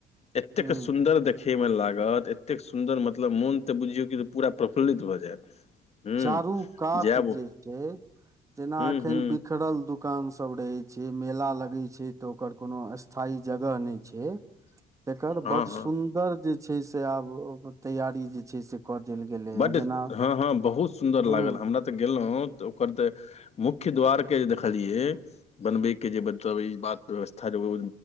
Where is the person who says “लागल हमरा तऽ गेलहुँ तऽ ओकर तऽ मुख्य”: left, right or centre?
Left